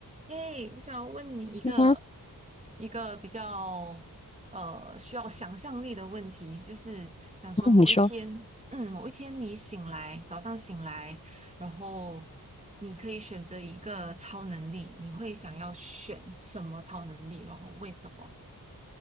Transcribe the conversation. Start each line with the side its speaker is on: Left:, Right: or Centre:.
Right: 诶，我想问你一个
Left: 嗯
Right: 一个比较呃需要想象力的问题，就是想说某一天，
Left: 嗯，你说
Right: 嗯，某一天你醒来，早上醒来，然后你可以选择一个超能力，你会想要选什么超能力，然后为什么？